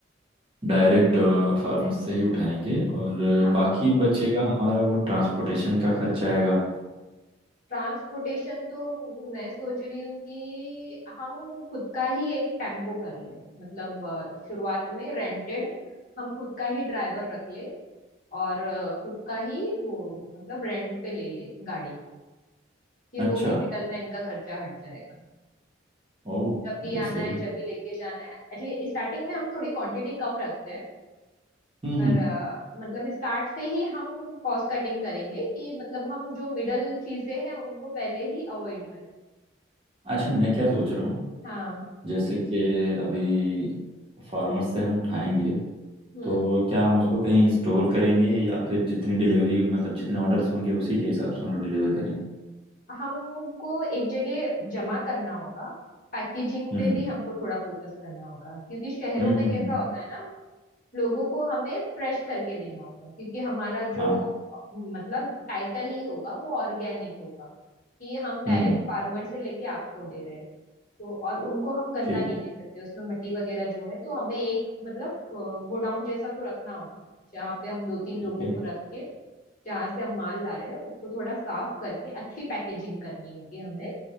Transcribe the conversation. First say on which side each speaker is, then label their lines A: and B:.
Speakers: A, on the right; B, on the left.
A: डायरेक्ट फार्मर से ही उठाएंगे और अ,
B: हाँ।
A: बाकी बचेगा हमारा वो ट्रांसपोर्टेशन का खर्चा आएगा
B: ट्रांसपोर्टेशन तो मैं सोच रही हूँ कि हम खुद का ही एक टेम्पो कर लें मतलब अ, शुरुआत में रेंटेड हम खुद का ही ड्राइवर रख ले और अ, खुद का ही वो मतलब रेंट पे ले ले गाड़ी कि
A: अच्छा
B: वो भी मिडलमैन का खर्चा हट जाएगा
A: ओह
B: जब भी
A: ये सही
B: आना है
A: है
B: जब भी लेके जाना है एटलीस्ट स्टार्टिंग में हम थोड़ी क्वांटिटी कम रखते हैं
A: हम्म
B: पर
A: हम्म
B: अ, मतलब स्टार्ट से ही हम कॉस्ट कटिंग करेंगे कि मतलब हम जो मिडल चीजें हैं उनको पहले ही अवॉइड करें
A: अच्छा मैं क्या सोच रहा हूँ
B: हाँ
A: जैसे कि अभी फार्मर से हम उठाएंगे
B: हम्म
A: तो क्या हम उसको कहीं स्टोर करेंगे या फिर जितनी डिलीवरी मतलब जितने ऑर्डर्स होंगे उसी के हिसाब से हम लोग डिलीवर करेंगे
B: हमको एक जगह जमा करना होगा पैकेजिंग
A: हम्म
B: पे भी हमको थोड़ा फोकस करना होगा क्योंकि शहरों
A: हम्म
B: में
A: हम्म हम्म,
B: कैसा
A: हम्म।
B: होता है ना लोगों को हमें फ्रेश करके देना होगा क्योंकि हमारा जो
A: हाँ
B: मतलब टाइटल ही होगा वो ऑर्गेनिक होगा कि हम डायरेक्ट
A: हम्म
B: फार्मर से लेके आपको दे रहे हैं तो और उनको हम गंदा
A: ठीक
B: नहीं
A: है
B: दे सकते उसमें मट्टी वगैरह जो है तो हमें एक मतलब गोडाउन जैसा तो रखना होगा जहाँ पे हम दो तीन
A: ठीक
B: लोगों
A: है
B: को रख के जहाँ से हम माल ला रहे हैं उसको थोड़ा साफ करके अच्छी पैकेजिंग करनी होगी हमें